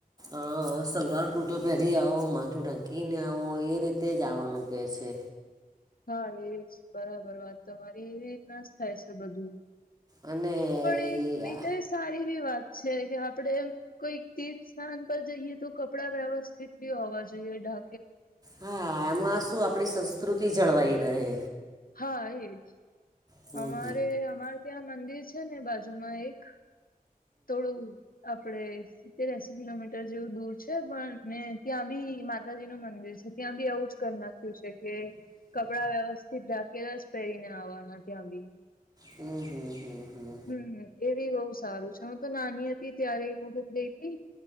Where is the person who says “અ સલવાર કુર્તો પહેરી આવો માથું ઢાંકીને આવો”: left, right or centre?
Right